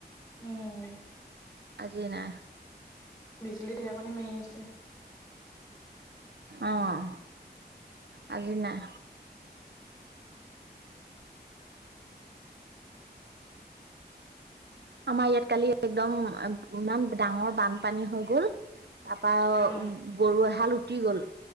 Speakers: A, on the left; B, on the right.
A: উম।
B: আজি নাই।
A: বিজুলী, ঢেৰেকণি মাৰি আছে।
B: অহ। আজি নাই। আমাৰ ইয়াত কালি একদম, এম ইমান ডাঙৰ বানপানী হৈ গ'ল। তাৰপা আও
A: অ',
B: গৰু এহাল উটি গ'ল।